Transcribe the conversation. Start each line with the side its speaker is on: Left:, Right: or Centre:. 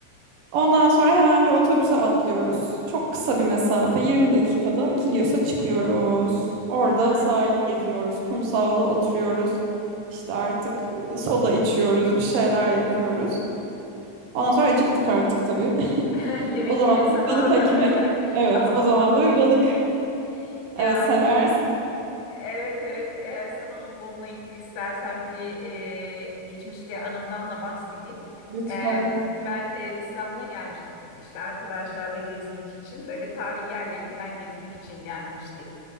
Right: Ondan sonra hemen bir otobüse atlıyoruz. Çok kısa bir mesafe 20 dakikada Kilyos'a çıkıyoruz. Orada
Left: Hı hı.
Right: sahili geziyoruz. Kumsalda oturuyoruz. İşte artık e, soda içiyoruz, bir şeyler yapıyoruz. Ondan sonra acıktık artık tabii. <laughs>
Left: <laughs> Yemek
Right: O zaman
Left: yeme
Right: da
Left: zamanı.
Right: bir balık ekmek.
Left: <laughs>
Right: Evet,
Left: Aa,
Right: o zaman
Left: balık
Right: da bir
Left: ekmek.
Right: balık.
Left: Ya
Right: Evet, seversin
Left: evet evet Ee, sana o bununla ilgili istersen bir e, geçmişte anımdan da bahsedeyim.
Right: lütfen.
Left: Ee, ben e, İstanbul'a gelmiştik biz işte arkadaşlarla gezmek için böyle tarihi yerleri falan gezmek için gelmiştik.